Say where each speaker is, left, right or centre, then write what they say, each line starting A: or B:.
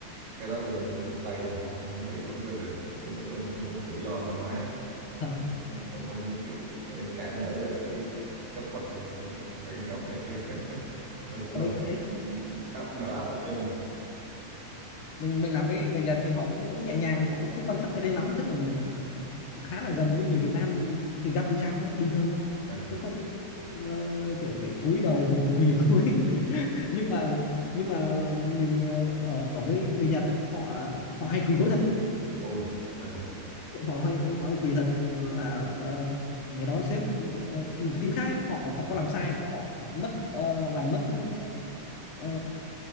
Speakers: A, on the right (about 70°); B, on the left (about 60°).
A: cái đó thì bên bên Tây thì họ không không bị vấn đề này. Nói chung nó cũng tự do thoải mái
B: <laughs>
A: nó
B: họ-
A: cũng không không cả nể về cái cấp bậc về đẳng, đẳng cấp này kia <laughs> nó cũng
B: đấy
A: là một cái áp đỡ áp lực cho mình
B: mình mình làm với người Nhật thì họ cũng cũng nhẹ nhàng họ cũng không quan trọng cái đấy lắm tức là mình
A: à,
B: khá là gần với người Việt Nam thì gặp thì chào thôi bình thường thôi
A: à,
B: chứ không ờ, kiểu phải cúi đầu hay là quỳ gối <laughs> nhưng mà nhưng mà mình ờ, ở ở với người Nhật ấy, họ họ hay quỳ gối thật
A: ôi à,
B: họ hay họ hay quỳ thật là ờ, ngày đó sếp ờ, một cái team khác ấy, họ họ
A: à,
B: có làm sai họ mất ờ, làm mất ờ,